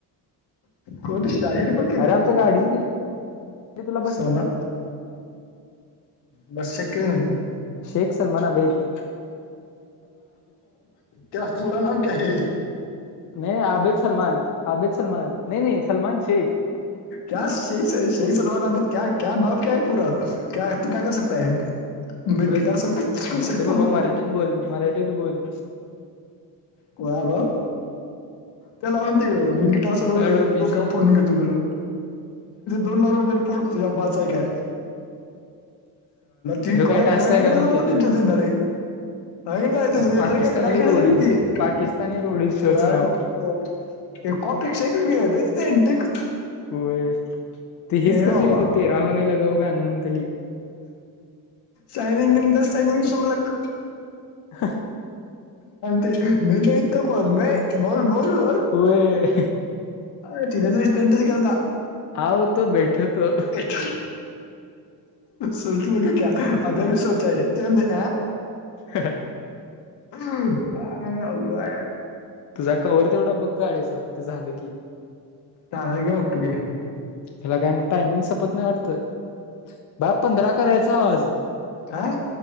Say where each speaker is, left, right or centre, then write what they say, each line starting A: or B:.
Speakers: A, on the left; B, on the left.
A: कोत शाहिर फ किर
B: अरे आमच्या गाडीची किल्ली तुला बस
A: सलमान. बस एके दिन आहेऊ.
B: शेख सलमाना बेत.
A: क पूरा, नम का आहे.
B: नाही आबिद सलमान, आबिद सलमान, नाही नाही सलमान शेख.
A: क शेख शेख सलम, अबिद क्या भाब क्या आहे पूरा. क तू काय कर सकताय. म
B: बस
A: गिटार सर, पे चन सकता
B: हे बाबा
A: ह.
B: मराठीत बोल मराठीत बोल
A: कय ब ते लावून तिकडे मी गिटार, सर्व
B: काय डोक्याशी
A: डोक्या फ पुडून घेतो बेलं. दोन लाव प तुझ्याबाचा आहे का आहे.
B: ह्यो
A: ती कय
B: काय टास्क
A: क्रय
B: आहे
A: खेडेतला
B: काय म्हणते
A: होतच
B: त्यो
A: जते तारी. नाही, नाही तुझ
B: पाकिस्तानी
A: डर काय कराखेडच
B: रोडीज
A: आहेत,, त
B: पाकिस्तानी रोडीज शोचं
A: खऽ
B: नाव
A: हे कॉपी शेक गे तथ टिकक.
B: होय ते हीच
A: हवा
B: कसली होती, ते राहण्याला गाऊ गा ना म्हणताली.
A: सैलंग द सगंग समलाक.
B: ह
A: ते मी नाही, इत कोण बा बोल बोल बोल.
B: वय
A: अ चिच्टटच केता
B: आओ तो बैठतो
A: भट. सोचलो क क अभे भी सोचा आह, त
B: ह
A: काय अवगड आहे?
B: तुझा कवर तेवढा बग, गाडिचा, ते झालं कीऽ
A: जाला की ओक्के.
B: हला काय म्हण टायमिंग सपत नाही वाटत,, बाळ पंधरा करायचा आज.
A: काय?